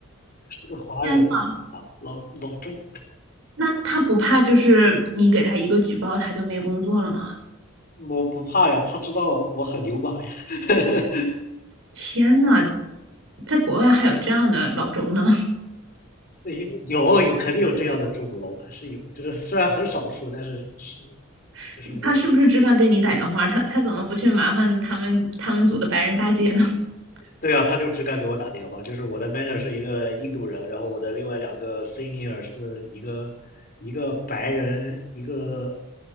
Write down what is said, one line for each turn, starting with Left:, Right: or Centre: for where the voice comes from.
Left: 是个华人，
Right: 天呐，
Left: 华老老中，
Right: 那他不怕就是你给他一个举报，他就没工作了吗？
Left: 我不怕呀，他知道我很牛马呀。<laughs>
Right: 天呐，在国外还有这样的老钟呢？
Left: 因为有有肯定有这样的中国老板是有，就是虽然很少数，但是是有。
Right: <laughs>
Left: 就是我，
Right: 他是不是只敢给你打电话？他他怎么不去麻烦他们他们组的白人大姐呢？<laughs>
Left: 对啊，他就只敢给我打电话。就是我的 mentor 是一个印度人，然后我的另外两个 senior 是一个一个白人，一个